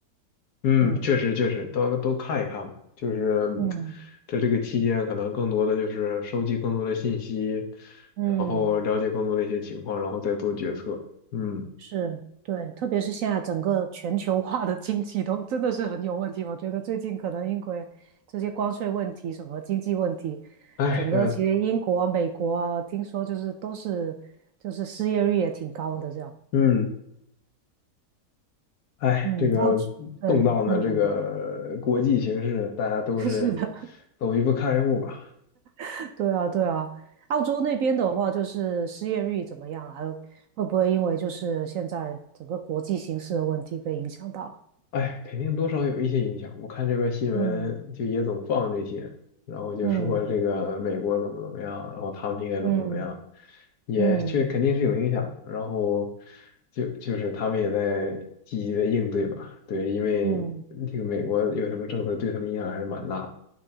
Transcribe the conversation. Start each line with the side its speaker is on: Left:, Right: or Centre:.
Left: 嗯，
Right: 嗯
Left: 确实确实，都都看一看吧。就是
Right: 嗯，
Left: 在这个期间，可能更多的就是收集更多的信息，
Right: 嗯，
Left: 然后了解更多的一些情况，然后再做决策。嗯，
Right: 是，对，特别是现在整个全球化的经济都真的是很有问题。我觉得最近可能英国这些关税问题、什么经济问题，
Left: 哎呀，
Right: 整个其实英国啊、美国啊，听说就是都是就是失业率也挺高的这样。
Left: 嗯，哎，
Right: 嗯，
Left: 这个动荡的这个国际形势，
Right: 澳洲，对，嗯，
Left: 大家都是
Right: <laughs> 是的，
Left: 走一步看一步吧。
Right: <laughs> 对啊，对啊。澳洲那边的话，就是失业率怎么样？还有会不会因为就是现在整个国际形势的问题被影响到？
Left: 哎，肯定多少有一些影响。我看这边新闻就也总放这些，
Right: 嗯
Left: 然后就说这个美国怎么怎么样，
Right: 嗯
Left: 然后他们应该怎么怎么样，
Right: 嗯
Left: 也确肯定是有影响。
Right: 嗯。
Left: 然后就就是他们也在积极的应对吧，对，因为
Right: 嗯，
Left: 这个美国有什么政策对他们影响还是蛮大的